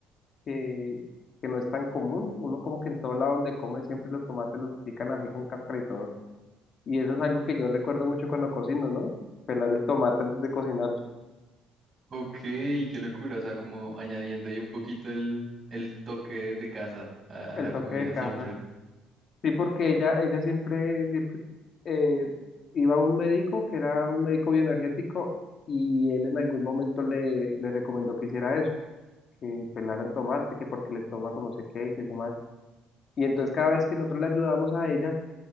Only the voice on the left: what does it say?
que, que no es tan común. Uno como que en todo lado donde come siempre los tomates los pican así con cáscara y todo. Y eso es algo que yo recuerdo mucho cuando cocino, ¿no? Pelar el tomate antes de cocinar,
el
toque
de casa.
Sí, porque ella, ella siempre, siempre eh, iba a un médico que era un médico bioenergético y él en algún momento le, le recomendó que hiciera eso, que pelara el tomate, que porque el estómago no sé qué y eso más. Y entonces cada vez que nosotros le ayudábamos a ella,